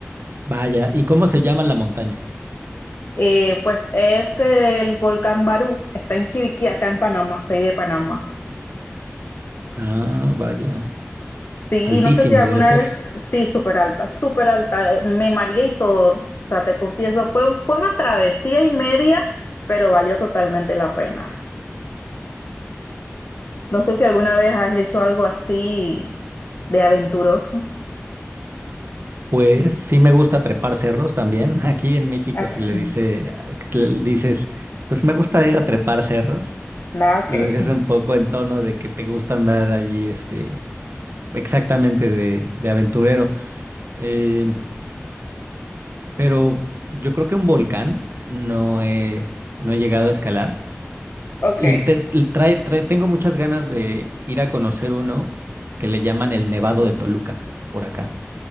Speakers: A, on the right; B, on the left.
A: Vaya, ¿y cómo se llama la montaña?
B: Eh, pues es el volcán Barú, está en Chiriquí, acá en Panamá, soy de Panamá.
A: Ah, vaya,
B: Sí,
A: altísimo
B: no sé si alguna
A: debe ser.
B: vez, sí, súper alta, súper alta, eh, me mareé y todo, o sea, te confieso, fue, un- fue una travesía y media, pero valió totalmente la pena. No sé si alguna vez has hecho algo así de aventuroso.
A: Pues sí me gusta trepar cerros también. <laughs> Aquí en México
B: Acá.
A: se le dice, ah, que le dices, pues me gusta ir a trepar cerros.
B: Nada, ok.
A: Lo dices
B: <laughs>
A: un poco en tono de que te gusta andar allí, este, exactamente de, de aventurero. Eh, pero yo creo que un volcán no he, no he llegado a escalar.
B: Ok.
A: Le te- le trae, trae- tengo muchas ganas de ir a conocer uno que le llaman el Nevado de Toluca por acá.